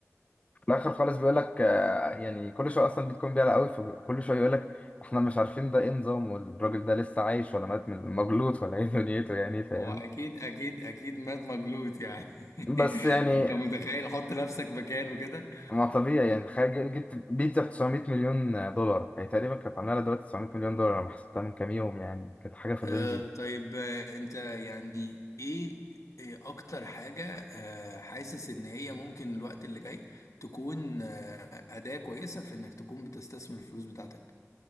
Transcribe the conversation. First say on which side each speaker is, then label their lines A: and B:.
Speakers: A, on the left; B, on the left.
A: في الاخر خالص بيقول لك آه، يعني كل شويه اصلا بيتكون بيعلى قوي فكل شويه يقول لك احنا مش عارفين ده ايه نظام والراجل ده لسه عايش ولا مات من مجلوط ولا ايه <laughs> دنيته يعني فاهم
B: هو أكيد أكيد أكيد مات مجلوط يعني
A: بس
B: <laughs>
A: يعني
B: أنت متخيل حط نفسك مكانه كده
A: ما طبيعي يعني تخيل جي- جبت بيتزا ب 900 مليون دولار هي تقريبا كانت عامله لها دلوقتي 900 مليون دولار لما حسبتها من كام يوم يعني كانت حاجه في الرينج
B: آه،
A: دي.
B: طيب آه، انت يعني ايه إيه اكتر حاجة آه، حاسس ان هي ممكن الوقت اللي جاي تكون آه، أداة كويسة في انك تكون بتستثمر الفلوس بتاعتك